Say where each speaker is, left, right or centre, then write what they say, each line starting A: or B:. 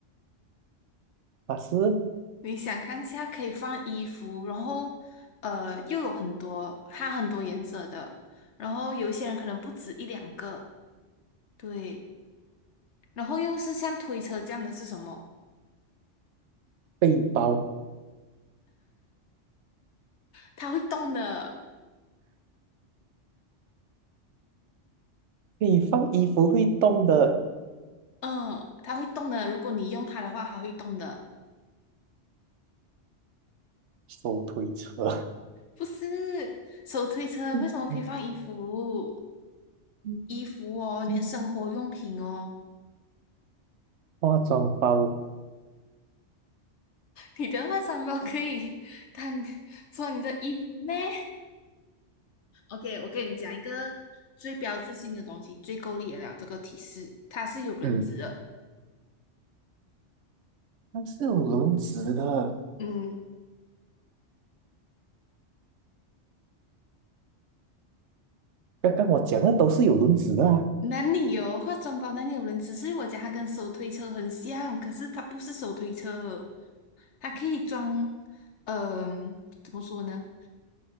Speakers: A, on the right; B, on the left.
A: 它是
B: 你想看一下可以放衣服，然后呃又有很多它很多颜色的，然后有一些人可能不止一两个，对，然后又是像推车这样的是什么？
A: 背包，
B: 它会动的，
A: 可以放衣服会动的
B: 嗯，它会动的。如果你用它的话，它会动的。
A: 手推车，
B: 不是手推车，为什么可以放衣服？
A: <laughs> 嗯
B: 衣服哦，你的生活用品哦。
A: 嗯嗯化妆包，
B: 你的化妆包可以当做你的衣服咩 OK，我跟你讲一个最标志性的东西，最够力的了。这个提示，它是有轮子的。
A: 嗯，它是有轮子的。
B: 嗯，
A: 刚刚我讲的都是有轮子的啊
B: 哪里有化妆包？哪里有人只是我讲它跟手推车很像，可是它不是手推车，它可以装，嗯、怎么说呢？